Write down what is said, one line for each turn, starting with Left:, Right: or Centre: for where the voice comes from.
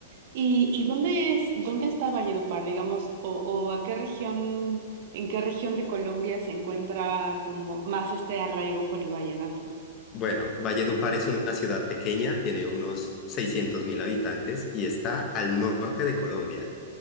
Right: ¿Y, y dónde es, dónde está Valledupar, digamos, o, o a qué región, en qué región de Colombia se encuentra como más este arraigo por el vallenato?
Left: Bueno, Valledupar es una ciudad pequeña, tiene unos seiscientos mil habitantes y está al norte de Colombia.